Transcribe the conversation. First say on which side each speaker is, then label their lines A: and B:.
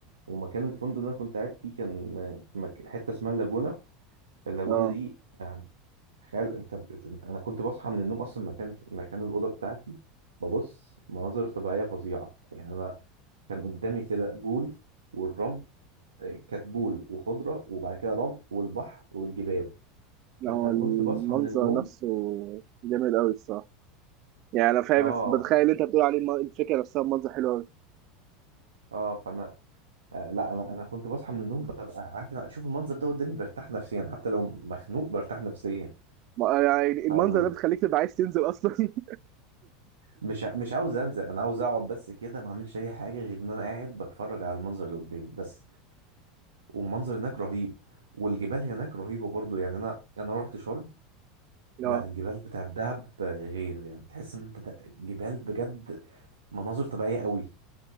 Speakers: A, on the right; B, on the right.
A: ومكان الفندق اللي انا كنت قاعد فيه كان في مك- حته اسمها اللاجونه اللاجونه
B: <laughs> اه
A: دي يعني تخيل انت بت- انا كنت بصحى من النوم اصلا مكان مكان الاوضه بتاعتي ببص مناظر طبيعيه فظيعه يعني انا كان قدامي كده بول والرمل كتبول وخضره وبعد كده رمل والبحر والجبال
B: لا،
A: فانا
B: هو المنظر
A: كنت بصحى من النوم
B: نفسه جامد قوي الصراحه يعني انا فاهم
A: اه
B: بس بتخيل
A: ف...
B: انت بتقول عليه الم- الفكره نفسها منظر حلو قوي
A: اه فانا آه لا انا انا كنت بصحى من النوم ببقى عارف أنا اشوف المنظر ده قدامي برتاح نفسيا حتى لو مخنوق برتاح نفسيا
B: ما- يعني المنظر
A: فال...
B: ده بيخليك تبقى عايز تنزل اصلا <laughs>
A: مش ع- مش عاوز انزل انا عاوز اقعد بس كده ما اعملش اي حاجه غير ان انا قاعد بتفرج على المنظر اللي قدامي بس والمنظر هناك رهيب والجبال هناك رهيبه برضو يعني انا انا رحت شرم لا
B: اه
A: الجبال بتاع الدهب غير يعني تحس ان انت ده- جبال بجد مناظر طبيعيه قوي